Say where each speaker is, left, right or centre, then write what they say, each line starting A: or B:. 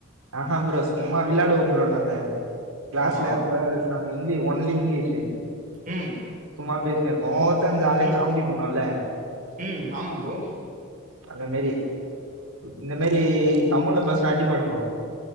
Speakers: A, on the right; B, on the right.
A: ஆஹா ப்ரோ சும்மா விளாடுவோ ப்ரோ நாங்க க்ளாஸ்ல
B: ஆ
A: இந்த மாரி தா பேசுறாங்க இங்லி ஒன்லி இங்லீஷ்சு
B: ம்
A: சும்மா பேசினே இருப்போ ஒவ்வொருத்த ஜாலியா
B: ம்
A: காமிடி பண்ணுவால
B: ம் ஆமா ப்ரோ
A: அந்த மேரி இந்த மரி தமிழ்ல பேஸ்னா அடிப்பாணுங்கோ